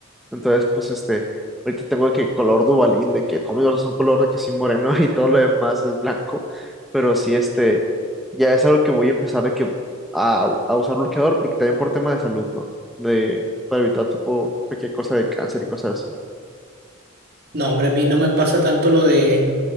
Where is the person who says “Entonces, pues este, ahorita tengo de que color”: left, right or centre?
Centre